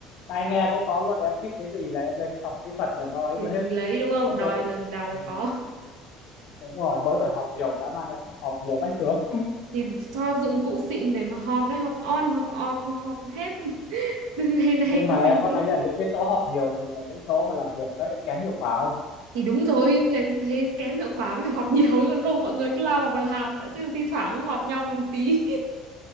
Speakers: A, on the left; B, on the right.
A: Tai nghe cũng có luôn, em thích cái gì là em lên phòng kỹ thuật là nó ấy
B: thì
A: rồi hết.
B: lấy đúng không
A: Mỗi
B: đòi
A: tội
B: là đòi
A: ừ.
B: là có
A: Đúng rồi, mỗi tội họp nhiều đã man em ạ, họp nhiều vách chướng. <laughs>
B: thì cho dụng cụ xịn để mà họp đấy họp on họp off họp hết <laughs> từ ngày này
A: Nhưng
B: qua
A: mà
B: ngày
A: em có
B: kia
A: thấy là những cái chỗ họp nhiều thường là những chỗ mà làm việc nó kém hiệu quả không?
B: thì đúng rồi ngày- thế kém hiệu quả mới phải họp nhiều còn không mọi người cứ lao vào mà làm đã chứ thi thoảng mới họp nhau một tí